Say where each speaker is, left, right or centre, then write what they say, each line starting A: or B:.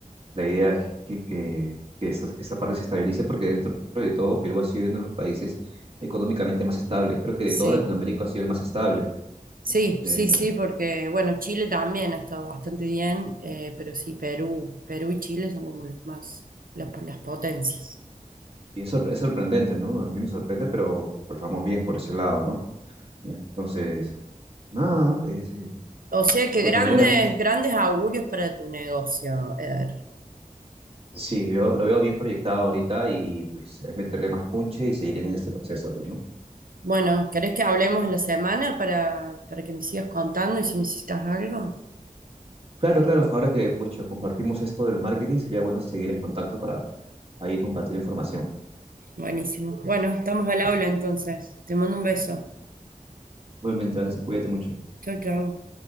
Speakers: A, on the right (about 40°); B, on the right (about 80°).
A: La idea es que, que, que esa, esa parte se estabilice porque dentro de todo Perú ha sido uno de los países económicamente más estables. Creo que de
B: Sí.
A: toda Latinoamérica ha sido el más estable.
B: Sí,
A: Este,
B: sí, sí, porque bueno, Chile también ha estado bastante bien, eh, pero sí, Perú, Perú y Chile son como los más, las, las potencias.
A: y es, sorpre- es sorprendente, ¿no? A mí me sorprende, pero pues vamos bien por ese lado, ¿no? Entonces, nada, es, eh,
B: O sea que
A: pues
B: grandes,
A: me alegra mucho.
B: grandes augurios para tu negocio, Eder.
A: Sí, yo lo veo bien proyectado ahorita y pues es meterle más punche y seguir en este proceso, pues, ¿no?
B: Bueno, ¿querés que hablemos en la semana para, para que me sigas contando y si necesitas algo?
A: Claro, claro, ahora que, pucha, compartimos esto del marketing, sería bueno seguir en contacto para ahí compartir información.
B: Buenísimo. Bueno, estamos al habla entonces. Te mando un beso.
A: Obviamente, Anderson, cuídate mucho.
B: Chau, chau.